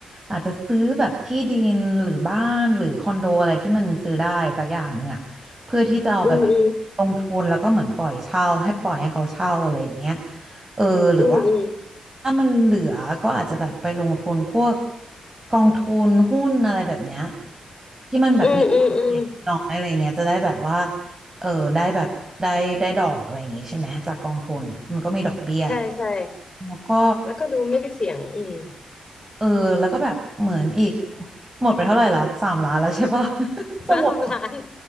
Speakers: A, on the right; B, on the left.
A: อาจจะซื้อแบบที่ดินหรือบ้านหรือคอนโดอะไรที่มันซื้อได้สักอย่างหนึ่งอ่ะเพื่อที่จะเอาไปแบบลงทุนแล้วก็เหมือนปล่อยเช่าให้ปล่อยให้เขาเช่าอะไรอย่างเงี้ย
B: อืมอืม
A: เออหรือว่า
B: อืมอืม
A: ถ้ามันเหลือก็อาจจะแบบไปลงทุนพวกกองทุนหุ้นอะไรแบบเนี้ยที่มันแบบมีความเสี่ยงน้อยอะไรเงี้ยจะได้แบบว่า
B: อืมอืมอืม
A: เออได้แบบได้ได้ดอกอะไรอย่างงี้ใช่ไหมจากกองทุนเนี่ยมันก็มีดอกเบี้ย
B: ใช่ใช่
A: แล้วก็
B: แล้วก็ดูไม่เสี่ยงอืม
A: เออแล้วก็แบบเหมือนอีกหมดไปเท่าไหร่ละสามล้านแล้วใช่ปะล่ะ <laughs> สมุด
B: ห้าล้าน